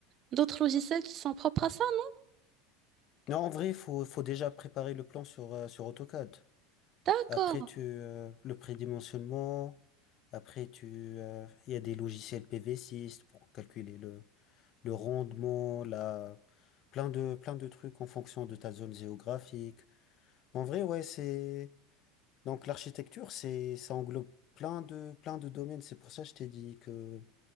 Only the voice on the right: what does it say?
d'autres logiciels qui sont propres à ça? non
D'accord.